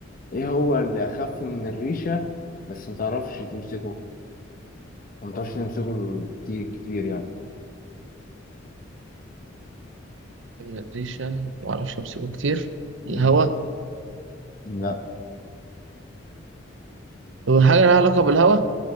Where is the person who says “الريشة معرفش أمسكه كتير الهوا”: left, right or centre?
Right